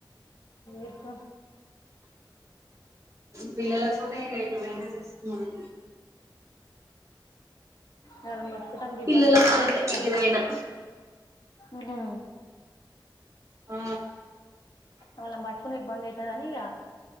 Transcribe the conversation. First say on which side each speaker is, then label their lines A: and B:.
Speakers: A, on the left (about 60°); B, on the right (about 40°).
A: ఇత
B: పిల్లలకు <unintelligible>
A: ఆ నన్ను పట్టుకోడానికి
B: పిల్లల వల్లనే
A: ఇలా
B: ఏదైనా
A: ఉహు
B: ఆ
A: వాళ్ళను బట్కునికి ఇబ్బందయితదనిగ